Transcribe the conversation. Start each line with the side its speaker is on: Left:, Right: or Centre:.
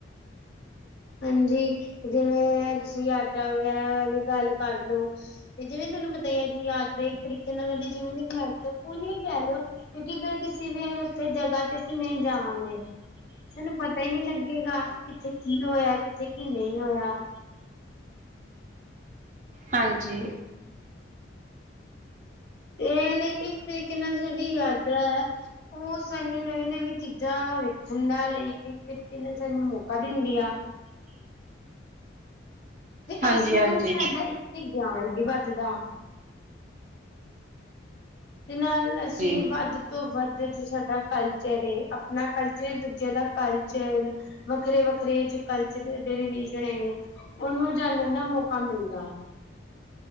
Left: ਹਾਂਜੀ ਜਿਵੇਂ ਯਾਤਰਾ ਵਗੈਰਾ ਦੀ ਗੱਲ ਕਰਲੋ। ਤੇ ਜਿਵੇਂ ਤੁਹਾਨੂੰ ਪਤਾ ਹੀ ਹੈ ਕਿ ਯਾਤਰਾ ਇੱਕ ਤਰੀਕੇ ਨਾਲ ਸਾਡੇ ਜੀਵਨ ਦੀ ਇੱਕ ਮਹੱਤਵਪੂਰਨ ਵੀ ਕਹਿ ਲਓ। ਕਿਉਂਕਿ ਫਿਰ ਕਿਸੇ ਵੀ ਉੱਥੇ ਜਗ੍ਹਾ ਤੇ ਅਸੀਂ ਨਹੀਂ ਜਾਵਾਂਗੇ। ਸਾਨੂੰ ਪਤਾ ਹੀ ਨਹੀਂ ਲੱਗੇਗਾ ਕਿੱਥੇ ਕੀ ਹੋਇਆ? ਕਿੱਥੇ ਕੀ ਨਹੀਂ ਹੋਇਆ?
Right: ਹਾਂਜੀ।
Left: ਇਹ ਲਈ ਇੱਕ ਤਰੀਕੇ ਨਾਲ ਸਾਡੀ ਯਾਤਰਾ ਹੈ ਉਹ ਸਾਨੂੰ ਨਵੀਂ ਨਵੀਂ ਚੀਜ਼ਾਂ ਵੇਖਣ ਦਾ ਲਈ ਇੱਕ ਤਰੀਕੇ ਨਾਲ ਸਾਨੂੰ ਮੌਕਾ ਦਿੰਦੀ ਆ ਤੇ
Right: ਹਾਂਜੀ
Left: ਇਸ ਨਾਲ
Right: ਹਾਂਜੀ
Left: ਸਾਡਾ ਇੱਥੇ ਗਿਆਨ ਵੀ ਵੱਧਦਾ ਤੇ ਨਾਲ ਅਸੀਂ
Right: ਜੀ
Left: ਵੱਧ ਤੋਂ ਵੱਧ ਸਾਡਾ ਕਲਚਰ ਏ ਆਪਣਾ ਕਲਚਰ ਦੂਜਿਆਂ ਦਾ ਕਲਚਰ ਵੱਖਰੇ ਵੱਖਰੇ ਜੋ ਕਲਚਰ ਦੇ ਰਿਲੀਜ਼ ਹੈ ਉਹਨੂੰ ਜਾਣਣ ਦਾ ਮੌਕਾ ਮਿਲਦਾ